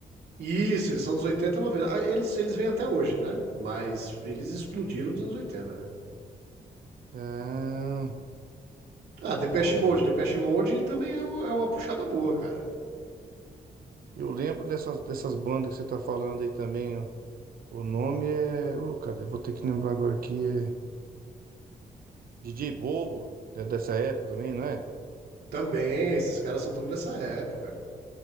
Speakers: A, on the right; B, on the right.
A: Isso, eles são dos 80, 90. Ah, Eles, eles vêm até hoje, né? Mas eles explodiram nos anos 80, né?
B: Ah,
A: Ah, Depeche
B: ô,
A: Mode. Depeche Mode também é uma, é uma puxada boa, cara.
B: eu lembro dessas, dessas bandas que você tá falando aí também. ó. O nome é. Ô, cara, eu vou ter que lembrar agora aqui. É DJ Bobo, é dessa época também, não é?
A: Também, esses caras são todos dessa época.